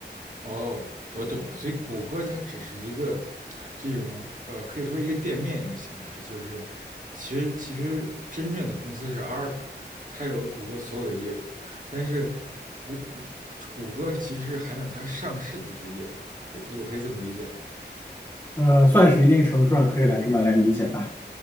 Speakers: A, on the right; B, on the left.
A: 哦，我懂了，所以谷歌它只是一个这种呃，可以说一个店面一个形式，就是其实其实真正的公司是阿尔法，它有谷歌所有的业务，但是谷谷谷歌其实还有它上市的一些业务，我就我可以这么理解吗？
B: 呃，算是一定程度上可以来这么来理解吧。